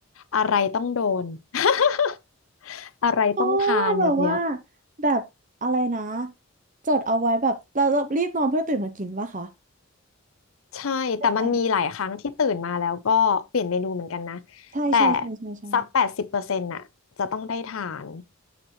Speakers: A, on the left; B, on the right.
A: อะไรต้องโดน <laughs> อะไรต้องทานแบบเนี้ย
B: อ๋อแบบว่าแบบอะไรนะจดเอาไว้แบบเราเรารีบนอนเพื่อตื่นมากินป่ะคะ
A: ใช่แต่มันมีหลายครั้งที่ตื่นมาแล้วก็เปลี่ยนเมนูเหมือนกันนะ
B: ใช่ไหมใช่ใช่ใช่ใช่ใช่
A: แต่สักแปดสิบเปอร์เซ็นต์น่ะจะต้องได้ทาน